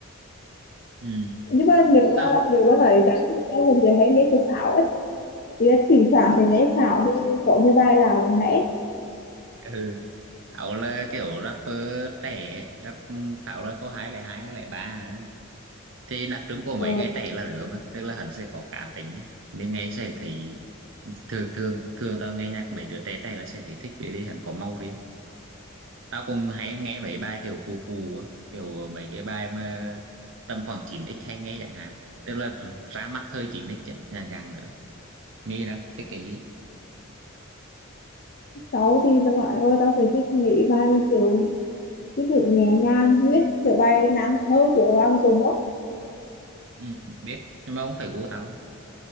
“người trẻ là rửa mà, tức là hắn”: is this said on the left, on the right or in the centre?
Right